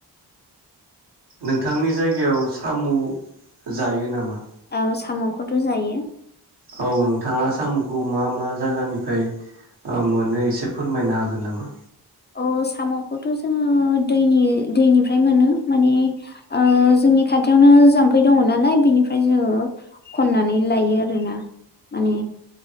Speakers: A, on the right; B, on the left.
A: नोंथांनि जायगायाव साम' जायो नामा
B: औ साम'खौथ' जायो
A: औ नोथाङा साम'खौ मा मा जायगानिफ्राय ओ मोनो एसे फोरमायनाय होगोन नामा
B: औ साम'खौथ' जोङो दैनि-दैनिफ्राय मोनो माने ओ जोंनि खाथियावनो जाम्फै दङ नालाय बिनिफ्राय जोङो खननानै लाइयो आरोना माने